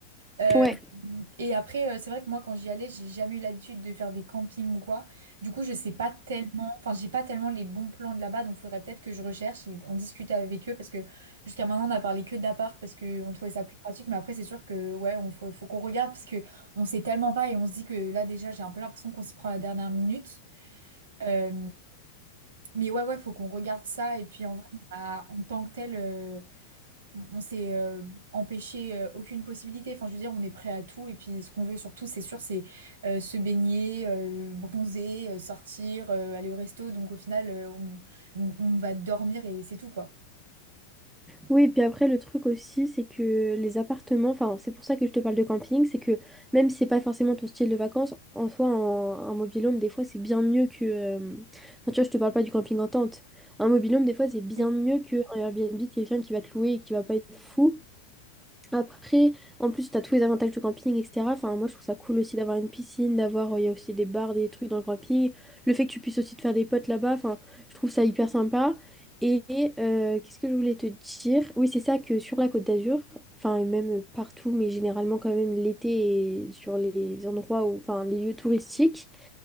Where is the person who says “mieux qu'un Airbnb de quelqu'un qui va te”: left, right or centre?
Centre